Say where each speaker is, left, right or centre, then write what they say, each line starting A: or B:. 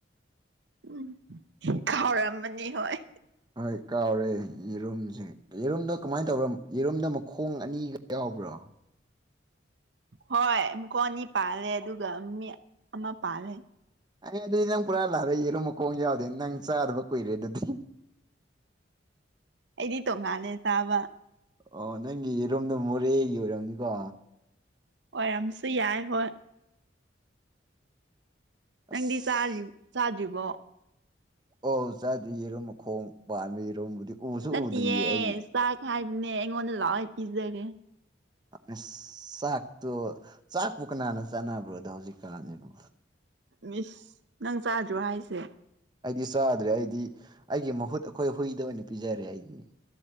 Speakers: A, on the right; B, on the right.
A: ꯎꯝ ꯀꯥꯎꯔꯝꯃꯅꯤ ꯍꯣꯏ
B: ꯍꯣꯏ ꯀꯥꯎꯔꯦ ꯌꯦꯔꯨꯝꯖꯦ ꯌꯦꯔꯣꯝꯗꯣ ꯀꯃꯥꯏꯅ ꯇꯧꯔꯝ ꯌꯦꯔꯣꯝꯗ ꯃꯈꯣꯡ ꯑꯅꯤꯒ ꯌꯥꯎꯕ꯭ꯔꯣ
A: ꯍꯣꯏ ꯃꯈꯣꯡ ꯑꯅꯤ ꯄꯥꯜꯂꯦ ꯑꯗꯨꯒ ꯃꯤ ꯑꯃ ꯄꯥꯜꯂꯦ
B: ꯑꯩ ꯑꯗꯨꯗꯤ ꯅꯪ ꯄꯨꯔꯥ ꯂꯥꯜꯂꯦ ꯌꯦꯔꯨꯝ ꯃꯈꯣꯡ ꯌꯥꯎꯗꯦ ꯅꯪ ꯆꯥꯗꯕ ꯀꯨꯏꯔꯦ ꯑꯗꯨꯗꯤ
A: ꯑꯩꯗꯤ ꯇꯣꯡꯉꯥꯜꯂꯦ ꯆꯥꯕ
B: ꯑꯣ ꯅꯪꯒꯤ ꯌꯦꯔꯨꯝꯗꯣ ꯃꯣꯔꯦꯒꯤ ꯑꯣꯏꯔꯝꯅꯤꯀꯣ
A: ꯑꯣꯏꯔꯝꯁꯨ ꯌꯥꯏ ꯍꯣꯏ
B: ꯑꯁ
A: ꯅꯪꯗꯤ ꯆꯥꯗ꯭ꯔꯤ ꯆꯥꯗ꯭ꯔꯤꯕꯣ
B: ꯑꯣꯎ ꯆꯥꯗꯦ ꯌꯦꯔꯨꯝ ꯃꯈꯣꯡ ꯄꯥꯟꯕ ꯌꯦꯔꯨꯝꯕꯨꯗꯤ ꯎꯁꯨ
A: ꯅꯠꯇꯤꯌꯦ
B: ꯎꯗ꯭ꯔꯤꯌꯦ ꯑꯩ
A: ꯆꯥꯛ ꯍꯥꯏꯕꯅꯦ ꯑꯩꯉꯣꯟꯗ ꯂꯥꯛꯑꯣ ꯑꯩ ꯄꯤꯖꯒꯦ
B: ꯑꯁ ꯆꯥꯛꯇꯣ ꯆꯥꯛꯄꯨ ꯀꯅꯥꯅ ꯆꯥꯟꯅꯕ꯭ꯔꯣꯗꯥ ꯍꯧꯖꯤꯛꯀꯥꯟꯖꯤꯕꯣ
A: ꯃꯤꯁ ꯅꯪ ꯆꯥꯗ꯭ꯔꯣ ꯍꯥꯏꯁꯦ
B: ꯑꯩꯗꯤ ꯆꯥꯗ꯭ꯔꯦ ꯑꯩꯗꯤ ꯑꯩꯒꯤ ꯃꯍꯨꯠ ꯑꯩꯈꯣꯏ ꯍꯨꯏꯗ ꯑꯣꯏꯅ ꯄꯤꯖꯔꯦ ꯑꯩꯗꯤ